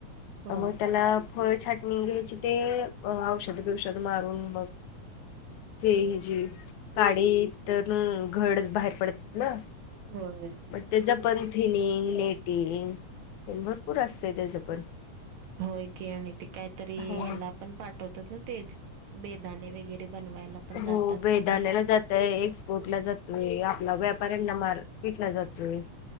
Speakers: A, on the right; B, on the left.
A: होय.
B: मग त्याला फळ छाटणी घ्यायची ते औषध बिवशध मारून मग ते ह जे काडी तर घड बाहेर पडतात ना,
A: होय.
B: मग त्याचं पण थिनिंग नेटिंग भरपूर असते त्याच पण
A: होय की आणि ते कायतरी
B: हा
A: ह्याला पण पाठवतात ना तेच बेदाने वगैरे बनवायला पण जातात
B: हो बेदानाला
A: का नाही
B: जातय एक पोटला जातोय आपला व्यापाऱ्यांना माल विकला जातोय.